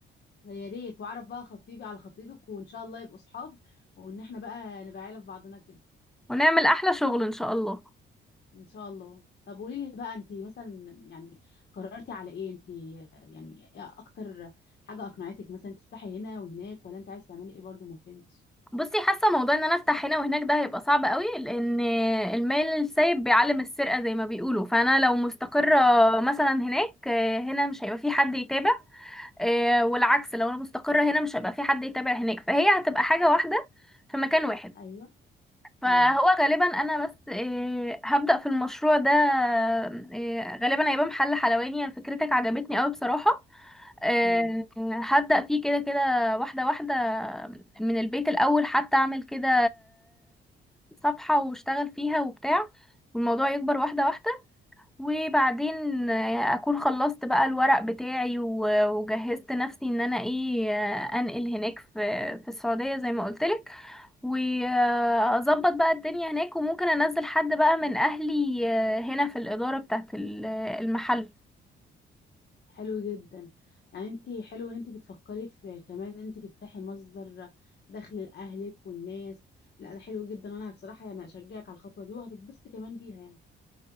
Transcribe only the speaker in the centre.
ونعمل احلى شغل ان شاء الله
بصي حاسة موضوع ان انا افتح هنا وهناك ده هيبقى صعب قوي لان المال السايب بيعلم السرقة زي ما بيقولوا فانا لو مستقرة
مثلا هناك هنا مش هيبقى في حد يتابع آه، والعكس لو انا مستقرة هنا مش هيبقى في حد يتابع هناك فهي هتبقى حاجة واحدة في مكان واحد
فهو
غالبا انا بس آه، هبدأ في المشروع ده آه، غالبا هيبقى محل حلواني يعني فكرتك عجبتني قوي بصراحة آه،
هبدأ فيه كده كده واحدة واحدة من البيت الأول حتى أعمل كده صفحة واشتغل فيها وبتاع والموضوع يكبر واحدة واحدة وبعدين اكون خلصت بقى الورق بتاعي و- وجهزت نفسي ان انا ايه انقل هناك في في السعودية زي ما قلتلك واظبط بقى الدنيا هناك وممكن انزل حد بقى من اهلي آه، هنا في الإدارة بتاعت ال- المحل